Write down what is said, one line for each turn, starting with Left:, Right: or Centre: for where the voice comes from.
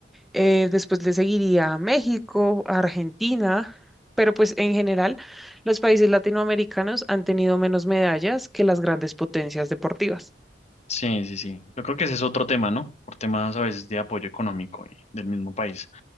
Centre: Eh, después le seguiría a México, a Argentina, pero pues en general los países latinoamericanos han tenido menos medallas que las grandes potencias deportivas.
Left: Sí, sí, sí. Yo creo que ese es otro tema, ¿no? Por temas a veces de apoyo económico y del mismo país.